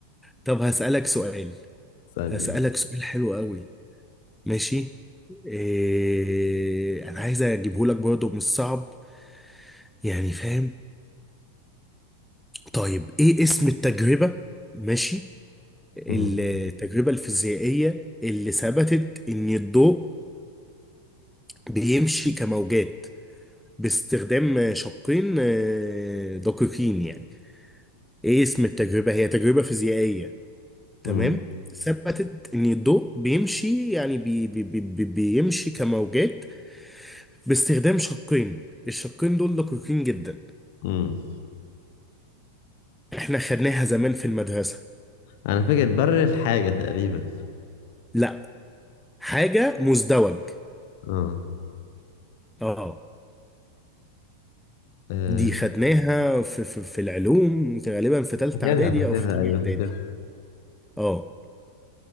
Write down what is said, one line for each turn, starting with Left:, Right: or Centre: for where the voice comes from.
Centre: طب هسألك سؤال
Left: ثانية
Centre: هسألك سؤال حلو قوي ماشي إيه انا عايز اجيبه لك برضه مش صعب يعني فاهم طيب ايه اسم التجربة ماشي التجربة
Left: مم.
Centre: الفيزيائية اللي ثبتت ان الضوء بيمشي كموجات باستخدام شقين آه، دقيقين يعني ايه اسم التجربة هي تجربة فيزيائية تمام
Left: مم.
Centre: ثبتت ان الضوء بيمشي يعني بي بي بي بي- بيمشي كموجات باستخدام شقين الشقين دول دقيقين جدا
Left: مم.
Centre: احنا خدناها زمان في المدرسة
Left: أنا فاكر بر الحاجة تقريبا
Centre: لا حاجة مزدوج
Left: آه
Centre: اه
Left: آه،
Centre: دي خدناها في, في, في العلوم غالبا في تالتة
Left: فاكرها
Centre: اعدادي
Left: فاكرها
Centre: او في تانية
Left: أيوه فاكرها
Centre: اعدادي اه